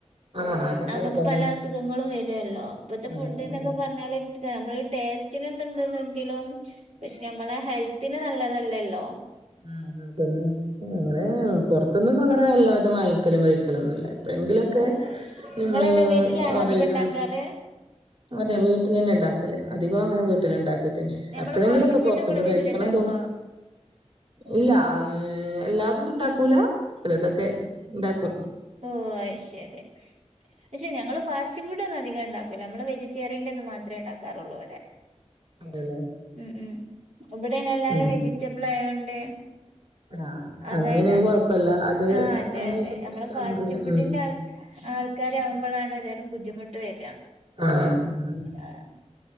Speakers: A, on the right (about 50°); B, on the right (about 75°).
A: ആഹ് അതൊക്കെ
B: നമക്ക്
A: ഇടാണ്
B: പല അസുഖങ്ങളും വെരുവല്ലോ ഇപ്പത്തെ
A: ഉം
B: ഫുഡ്ന്നൊക്കെ
A: ഉം
B: പറഞ്ഞാല് ക്ക് നമ്മള ടേസ്റ്റിന് എന്തുണ്ട്തെങ്കിലും പക്ഷെ നമ്മളെ ഹെൽത്തിന് നല്ലതല്ലല്ലോ
A: ആഹ് ആഹ് പിന്നേ അങ്ങനെ പൊ ർ ത്തൊന്നന്നും അങ്ങനെ വല്ലാതെ വാങ്ങിക്കലും കഴിക്കലും ഒന്നുംല്ല. പ്പഎങ്കിലൊക്കെ
B: ഓഹ് അത് ശരി
A: ങ്ങള്
B: നിങ്ങളെന്താ വീട്ടിലാണോ
A: ഓഡ്
B: അധികം
A: റ യ്ത്
B: ഉണ്ടാക്കാറ്
A: അതെ വീട്ടിലന്നെ ണ്ടാക്കല് അധികൊ ങ്ങനെ വീട്ടില ണ്ടാക്കിട്ടൻ ശ്
B: നമ്മള്
A: എപ്പോഴെങ്കിലൊക്കെ
B: ഫാസ്റ്റ് ഫുഡ്
A: പൊർത്
B: നിങ്ങള്
A: ന്ന്
B: വീട്ടിലുണ്ടാക്കോ
A: കഴിക്കണം തോന്നി ഇല്ല അഹ് എല്ലാതൊന്നും ണ്ടാക്കൂല ചിലതൊക്കെണ്ടാക്കും.
B: ഓ അഹ് ശരി. പക്ഷേ ഞങ്ങള് ഫാസ്റ്റ് ഫുഡ് ഒന്നും അതികം ണ്ടാക്കൂല്ല അമ്മള് വെജിറ്റേിയൻ്റെത് മാത്രെ ഉണ്ടാക്കാറുള്ളൂ ഇവിടെ.
A: അതെല്ലേ
B: ഉം ഉം വിടെ എല്ല ല്ലാരും
A: ഉം
B: വെജിറ്റബിൾ ആയോണ്ട്
A: ആഹ്
B: അതെയ്ട്ട
A: അങ്ങനെയാണെങ്കി കൊഴപ്പല്ല അത്
B: ആ അതെ
A: അങ്ങനെ
B: അതെ നമ്മള്
A: ഇഷ്ടാണെങ്കില്
B: ഫാസ്റ്റിഫുഡിന്റെ
A: ഉം
B: ആൾ ആൾക്കാരാമ്പോ ളാണ് തെലും ബുദ്ധിമുട്ട് വരാ
A: ആഹ് ആഹ്.
B: ആഹ്